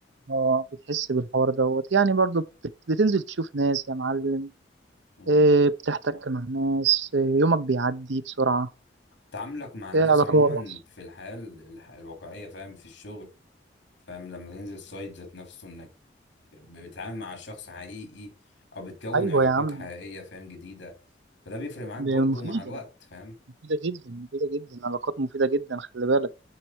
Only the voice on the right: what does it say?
اه بتحس بالحوار دوت يعني برضو بت- بتنزل تشوف ناس يا معلم
إيه، بتحتك مع ناس إيه، يومك بيعدي بسرعة
إيه، علاقات
أيوة
يا عم
ده
مفيدة
مفيدة جدا مفيدة جدا علاقات مفيدة جدا خلي بالك